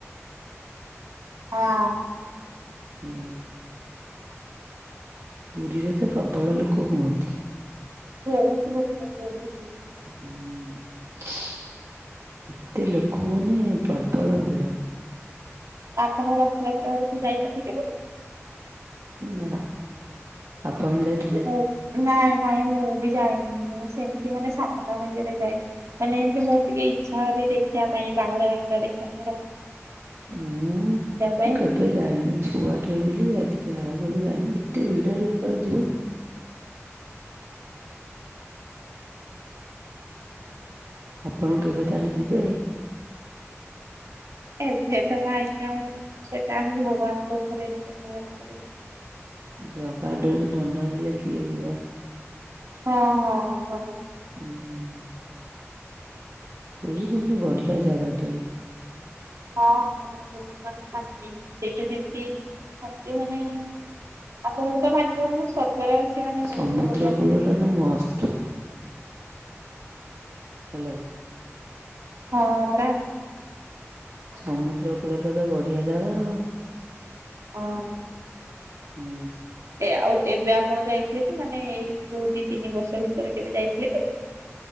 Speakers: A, on the right; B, on the right.
A: ହଁ।
B: ହୁଁ। ପୁରୀରେ ତ ପ୍ରବଳ ଲୋକ ହୁଅନ୍ତି।
A: ବହୁତ ଲୋକ ବହୁତୁ।
B: ହୁଁ ଏତେ ଲୋକ ମାନେ ପ୍ରବଳ ଭିଡ।
A: ଆପଣ ରଥଯାତ୍ରା ବେଳକୁ ଯାଇଛନ୍ତି କେବେ?
B: ନା ଆପଣ ଯାଇଥିଲେ?
A: ହ ନାଇଁ ନାଇଁ ମୁଁ ବି ଯାଇନି ମୁଁ ସେମ୍ତି ମାନେ ସାଧାରଣ ୟେରେ ଯାଇ ମାନେ ଏନ୍ତି ମୋ ଟିକେ ଇଚ୍ଛା <unintelligible> ଦେଖିଆ ପାଇଁ ବାହୁଡା ଯାତ୍ରା ଦେଖିଆ ପାଇଁ ର
B: ମୁଁ <unintelligible>
A: ପାଇଁ
B: କେବ୍ ପେ ଯାଇନି ଛୁଆଟେ ହେଇଥିଲି ଯାଇଥିଲି ଆଉ କେବେ ଯାଇନି ଏତେ ଭିଡରେ କୁଆ ଯିବ? ଆହା ଆପଣ କେବେ ତାହେଲେ ଯିବେ?
A: ଏବେ ତ କାଇଁକି ଆଉ ସେଟା ଆଉ ଭଗବାନଙ୍କ ଉପରେ <unintelligible> ପଡିବ।
B: ଜଗା ଡୋରି ନ ନାଗିଲେ କିଏ ଯିବ?
A: ହଁ-ହଁ ଜଗା ଡୋରି।
B: ଉଁ ହୁଁ-ହୁଁ। ପୁରୀ କିନ୍ତୁ ବଢ଼ିଆ ଜାଗା ଟିଏ।
A: ହଁ-ହଁ <unintelligible> ଖାଲି ଖାଟି ସେଇଟା ଯେମତି ଖାଟି ମାନେ ଆପଣଙ୍କୁ ତ ଲାଗିଅ ମୁଁ ସ୍ବର୍ଗରେ ଅଛି। ମାନେ
B: ସମୁଦ୍ର
A: ବହୁତ ବଢିଆ ଶାନ୍ତି
B: କୂଳଟା ତ ମସ୍ତ୍
A: ଲାଗିବ।
B: ହାଲୋ।
A: ହଁ ପରା। ଆଉ
B: ସମୁଦ୍ର କୂଳଟା ତ ବଢିଆ ଜାଗା ଆଉ।
A: ହଁ।
B: ହୁଁ।
A: ଏ ଆଉ ଏବେ ଆପଣ ଯାଇଥିଲେ କି ମାନେ ଏଇ କୋଉ ଦି ତିନି ବର୍ଷ ଭିତରେ କେବେ ଯାଇଥିଲେ କି?